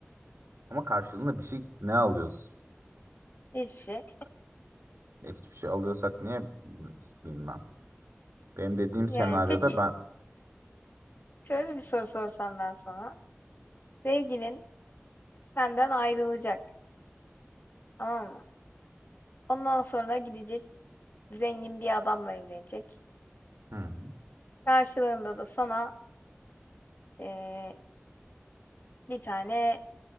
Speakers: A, on the right; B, on the left.
A: Ama karşılığında bir şey ne alıyoruz?
B: hiçbir şey.
A: E, hiçbir şey alıyorsak niye isteyeyim ben? Benim dediğim
B: Yani
A: senaryoda
B: peki
A: ben
B: şöyle bir soru sorsam ben sana. Sevgilin senden ayrılacak tamam mı? Ondan sonra gidecek zengin bir adamla evlenecek.
A: hı,
B: Karşılığında da sana eee, bir tane